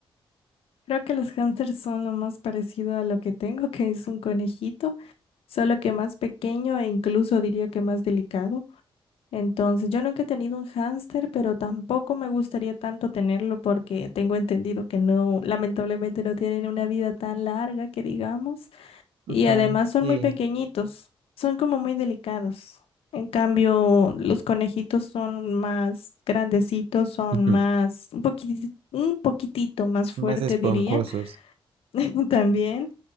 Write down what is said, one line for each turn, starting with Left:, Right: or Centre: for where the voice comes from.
Left: Creo que los hámsters son lo más parecido a lo que tengo, <laughs> que es un conejito, solo que más pequeño e incluso diría que más delicado. Entonces, yo nunca he tenido un hámster, pero tampoco me gustaría tanto tenerlo porque tengo entendido que no, lamentablemente no tienen una vida tan larga que digamos.
Right: Ujú,
Left: Y además son
Right: sí,
Left: muy pequeñitos, son como muy delicados. En cambio, los conejitos son más grandecitos, son
Right: ujú,
Left: más, un poquitito, un poquitito más fuerte,
Right: más esponjosos.
Left: diría, <laughs> también.